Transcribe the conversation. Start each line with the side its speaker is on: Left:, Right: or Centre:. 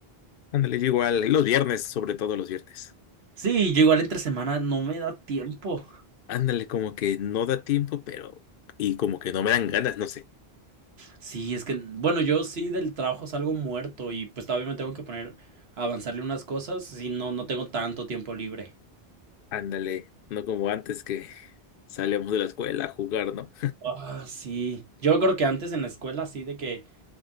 Left: ándale, yo igual. y Los viernes, sobre todo los viernes.
Right: Sí, yo igual entre semana no me da tiempo.
Left: Ándale, como que no da tiempo, pero... Y como que no me dan ganas, no sé.
Right: Sí, es que, bueno, yo sí del trabajo salgo muerto y pues todavía me tengo que poner a avanzarle unas cosas, si no, no tengo tanto tiempo libre.
Left: Ándale, no como antes que salíamos de la escuela a jugar, ¿no?
Right: Ah, sí. Yo me acuerdo que antes en la escuela, así de que